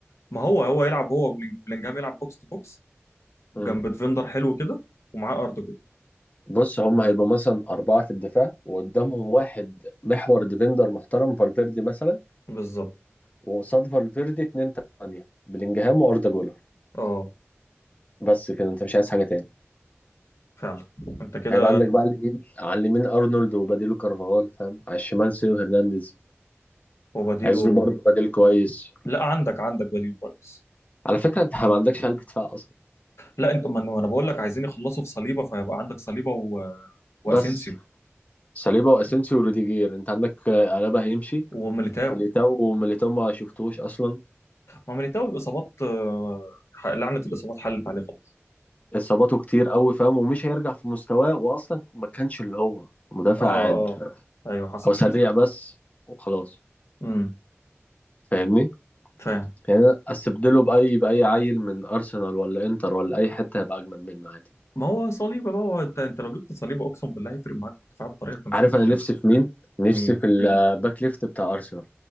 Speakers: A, on the left; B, on the left.
A: ما هو هو يلعب هو بلينج- بلينجهام يلعب بوكس تو بوكس جنب
B: مم.
A: ديفندر حلو كده ومعاه اردا جولر
B: بص هم هيبقوا مثلا أربعة في الدفاع وقدامهم واحد محور ديفندر محترم فالفيردي مثلا
A: بالظبط
B: وقصاد فالفيردي اتنين تانية بلينجهام وأردا جولر
A: اه
B: بس كده انت مش عايز حاجة تاني
A: فعلا انت كده
B: هيبقى عندك بقى على اليمين على اليمين أرنولد وبديله كارفاغال فاهم على الشمال سيو هرنانديز
A: وبديله
B: عايز له برضه بديل كويس
A: لا عندك عندك بديل كويس
B: على فكرة انت ما عندكش قلب دفاع اصلا
A: لا انت ما انا ما أنا بقول لك عايزين يخلصوا في صليبه فيبقى عندك صليبه و... واسينسيو
B: بس ساليبا واسينسيو وروديجير انت عندك آه، الابا هيمشي
A: وميليتاو
B: وميليتاو وميليتاو ما شفتوش اصلا
A: هو ميليتاو الاصابات آه، ح- لعنه الاصابات حلت عليه خلاص
B: اصاباته كتير قوي فاهم ومش هيرجع في مستواه واصلا ما كانش اللي هو مدافع
A: اه
B: عادي
A: اه ايوه حصل
B: او سريع
A: حصل
B: بس وخلاص
A: امم
B: فاهمني
A: فاهم
B: يعني أنا استبدله باي باي عيل من ارسنال ولا انتر ولا اي حتة هيبقى اجمد منه عادي
A: ما هو صليبه بقى هو انت انت لو جبت صليبه اقسم بالله هيفرق معاك في الدفاع بطريقه انت مش
B: عارف
A: متخيلها
B: انا نفسي في مين نفسي
A: مين
B: في مم. الباك ليفت بتاع ارسنال